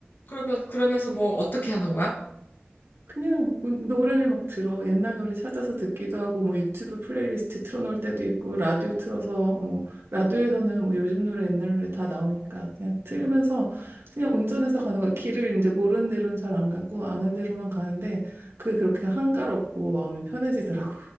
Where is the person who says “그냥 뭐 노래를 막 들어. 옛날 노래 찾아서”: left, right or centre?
Right